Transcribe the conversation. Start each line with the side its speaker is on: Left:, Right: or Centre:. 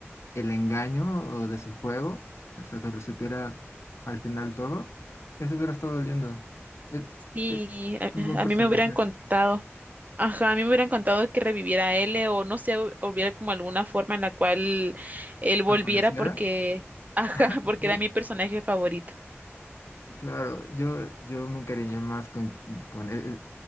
Left: el engaño o de su juego, o sea, que lo supiera al final todo. Eso hubiera estado lindo. Es,
Right: Sí,
Left: es-
Right: a,
Left: es un buen personaje.
Right: a mí me hubieran contado. Ajá, a mí me hubieran contado que reviviera a L o no sé, hu- hubiera como alguna forma en la cual él volviera
Left: Apareciera.
Right: porque, ajá,
Left: <laughs>
Right: <laughs> porque
Left: eh,
Right: era mi personaje favorito.
Left: claro, yo, yo me encariñé más con, con e- e-